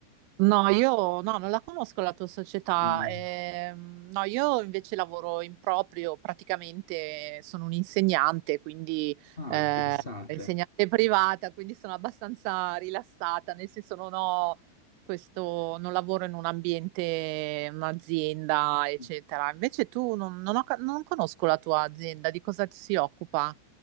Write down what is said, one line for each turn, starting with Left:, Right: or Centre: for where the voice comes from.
Right: No, io no, non la conosco la tua società.
Left: Mm.
Right: ehm, no, io invece lavoro in proprio, praticamente sono un'insegnante, quindi
Left: Ah,
Right: eh,
Left: interessante.
Right: insegnante privata, quindi sono abbastanza rilassata, nel senso non ho questo, non lavoro in un ambiente, un'azienda, eccetera.
Left: Mm.
Right: Invece tu non, non ho ca- non conosco la tua azienda, di cosa si occupa?